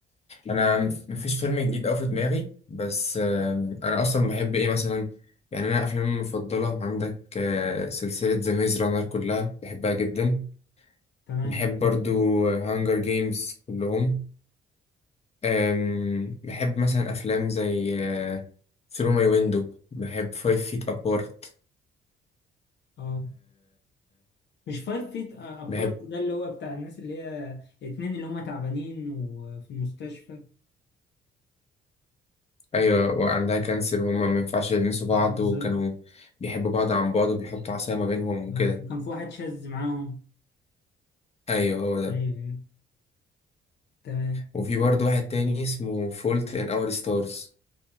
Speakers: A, on the left; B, on the left.
A: أنا مفيش فيلم جديد أوي في دماغي بس أم، أنا أصلا بحب ايه مثلا يعني أنا أفلامي المفضلة عندك آه، سلسلة ذا ميز رانر كلها بحبها جدا
B: تمام
A: بحب
B: دلوقتي.
A: برضو هانجر جيمز كلهم أم، بحب مثلا أفلام زي ثرو ماي ويندو بحب فايف فيت أبارت
B: اه مش فايف فيت ابارت
A: بحب
B: ده اللي هو بتاع الناس اللي هي اتنين اللي هم تعبانين وفي المستشفى
A: أيوة وعندها كانسر وهما ما ينفعش يلمسوا بعض
B: اه بالظبط
A: وكانوا بيحبوا بعض عن بعض وبيحطوا عصاية ما بينهم وكده
B: اه وكان في واحد شاذ معاهم
A: أيوة هو ده
B: ايوه ايوه تمام
A: وفي برضو
B: ط-
A: واحد تاني اسمه فولت إن أور ستارز